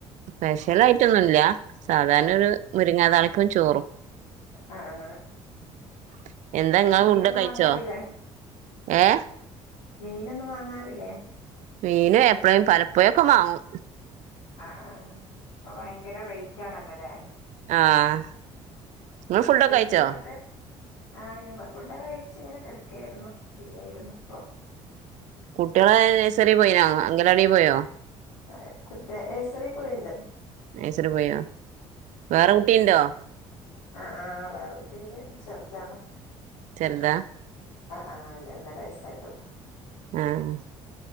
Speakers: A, on the right; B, on the left.
A: സ്പെഷ്യലായിറ്റൊന്നുല്ല സാധാരണ ഒരു മുരിങ്ങാതാളിപ്പും ചോറും
B: ആ ആ
A: <inaudible> എന്താ ഇങ്ങളെ
B: മീനൊന്നും
A: ഫുഡ്കഴിച്ചോ
B: വാങ്ങാറില്ലേ
A: ഏഹ്
B: മീനൊന്നും വാങ്ങാറില്ലേ
A: മീന് എപ്ളേ പലപ്പാെയൊക്കെ വാങ്ങും
B: അഹ് ആഹ് ഇപ്പ ഭയങ്കര റേറ്റ് ആണല്ലല്ലേ
A: ആഹ് ഇങ്ങള്
B: ചിക്കനും
A: ഫുഡൊക്കെ കഴിച്ചോ
B: ബീഫൊക്കെ ആഹ് ഞങ്ങള് ഫുഡൊക്കെ കഴിച്ച് ഇങ്ങനെ കടെക്കായിരുന്നു ഫ്രീ ആയിരുന്നു ഇപ്പം
A: കുട്ട്യാള് നേഴ്സറി പോയിനോ അംഗലവാടി പോയോ
B: അഹ് കുട്ടി നഴ്സറി പോയീണ്ട്
A: നയ്സറി പോയിനോ വേറെ കുട്ടീണ്ടോ
B: അഹ് ആഹ് വേറെ കുട്ടിണ്ട് ചെറ്താണ്
A: ചെറ്താ
B: അഹ് ആഹ് അതെ ഒന്നരവയസ്സായിട്ടുള്ളൂ
A: ആഹ്